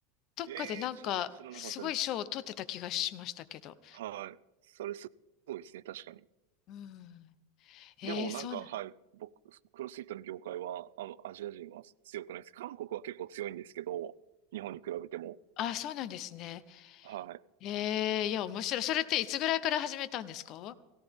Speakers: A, on the left (about 35°); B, on the right (about 85°).
A: どっかでなんか、
B: ええー、知ら知らなかったです。
A: すごい賞を取ってた気がしましたけど。
B: はい。それすごいですね、確かに。
A: うん。ええそうなん、
B: でもなんか、はい、僕、クロスフィットの業界は、あの、アジア人は強くないです。韓国は結構強いんですけど、日本に比べても。
A: あ、そうなんですね。
B: はい。
A: ええいや、面白い。それっていつぐらいから始めたんですか